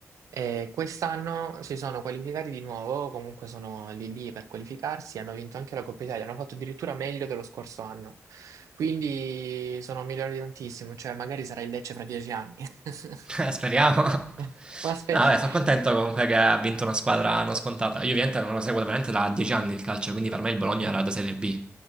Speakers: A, on the right; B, on the right.
A: e quest'anno si sono qualificati di nuovo, comunque sono lì lì per qualificarsi, hanno vinto anche la Coppa Italia, hanno fatto addirittura meglio dello scorso anno. Quindi sono migliori tantissimo, cioè magari sarà il Lecce fra dieci anni. <laughs>
B: <laughs> Eh, Speriamo.
A: Ma aspetta.
B: No, vabbè, sono contento comunque che ha vinto una squadra non scontata. Io ovviamente non lo seguo veramente da dieci anni il calcio, quindi per me il Bologna
A: Mm.
B: era da Serie B.